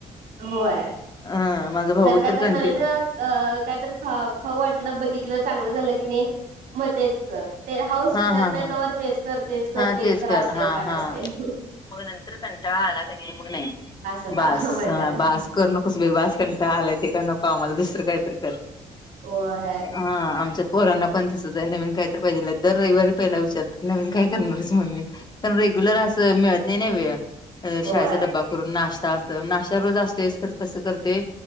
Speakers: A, on the right; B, on the left.
A: होय.
B: हा. माझा भाऊतर
A: जर काय तर
B: कंटी
A: नवीन अ काय तर खा खाऊ वाटलं बघितलं चांगलं झालं की नाही म तेच. ते हाऊस
B: हा
A: फिटत
B: हा
A: नाही,
B: हा
A: तोवर वर तेच कर तेच कर
B: हा
A: तेच कर असतय
B: हा
A: पाठ
B: हा
A: असतय.
B: मग नंतर कंटाळा आला कणी नाही मग नाही
A: आता
B: बास
A: म्हणतात
B: बास करु बस बई बास कंटाळा आलाय ते का नको आम्हाला दुसरं काहीतरी कर.
A: होय.
B: हा. आमच्यात पोरांना पण तसच आहे नवीन काही तर पाहिजेल. दर रविवारी पहिला विचारतात नवीन काय? करणार हायस मम्मी पण रेग्युलर अस मिळत नाही ना वेळ.
A: होय
B: शाळेचा डबा करून नाश्ता अस नाश्ता रोज असतयच खरं कसं करते